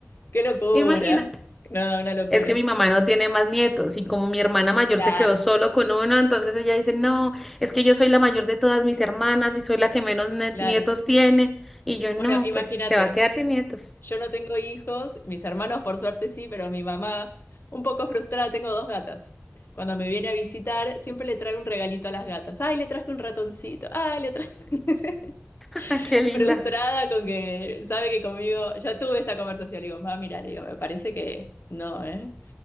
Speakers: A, on the left; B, in the centre.
A: Qué locura.
B: imagina.
A: No, una locura.
B: Es que mi mamá no tiene más nietos y como mi hermana mayor
A: Claro.
B: se quedó solo con uno, entonces ella dice, no, es que yo soy la mayor de todas mis hermanas y soy la que menos ne-
A: Claro.
B: nietos tiene. Y yo, no,
A: Bueno, imagínate,
B: pues se va a quedar sin nietos.
A: yo no tengo hijos, mis hermanos por suerte sí, pero mi mamá, un poco frustrada, tengo dos gatas. Cuando me viene a visitar, siempre le traigo un regalito a las gatas. Ay, le traje un ratoncito. Ay, le traje. <laughs>
B: <laughs> Ah, Qué linda.
A: Frustrada con que sabe que conmigo, ya tuve esta conversación. Le digo, mamá, mira, le digo, me parece que no, ¿eh?